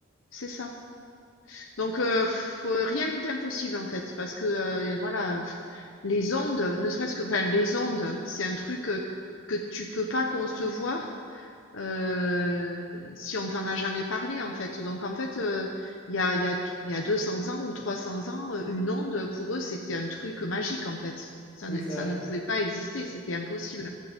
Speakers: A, on the left (about 75°); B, on the left (about 25°).
A: c'est ça. Donc, euh, pff, euh, rien n'est impossible, en fait, parce que, euh, voilà, pff, les ondes, ne serait-ce que, enfin, les ondes, c'est un truc euh, que tu peux pas concevoir. Heu, si on t'en a jamais parlé, en fait. Donc en fait, heu, il y a il y a tr il y a 200 ans ou 300 ans, heu, une onde, pour eux, c'était un truc magique, en fait. Ça
B: Oui,
A: ne
B: c'est
A: ça
B: vrai.
A: ne pouvait pas exister, c'était impossible.